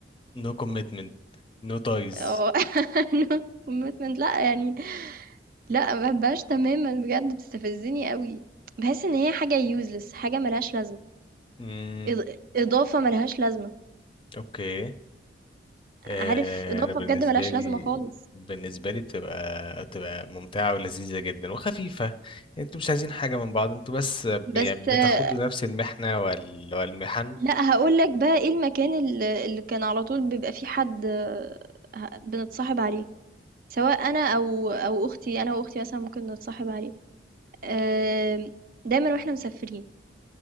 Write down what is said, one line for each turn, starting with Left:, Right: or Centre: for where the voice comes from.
Left: نو كوميتمنت نو تايز
Right: آه، <laughs> أنا commitment لأ، يعني لأ، ما باحبهاش تمامًا بجد بتستفزّني أوي. باحس إن هي حاجة useless، حاجة ما لهاش لازمة،
Left: امم
Right: إض إضافة ما لهاش لازمة،
Left: اوكي آه،
Right: عارف إضافة
Left: انا بالنسبه
Right: بجد ما لهاش
Left: لي
Right: لازمة خالص.
Left: بالنسبه لي بتبقى بتبقى ممتعه ولذيذه جدا وخفيفه انتوا مش عايزين حاجه من بعض انتوا بس يعني
Right: بس
Left: بتاخدوا
Right: آه،
Left: نفس المحنه وال... والمحن
Right: لا هقول لك بقى ايه المكان اللي اللي كان على طول بيبقى فيه حد آه، ه- بنتصاحب عليه سواء انا او او اختي انا واختي مثلا ممكن نتصاحب عليه آم، دايما واحنا مسافرين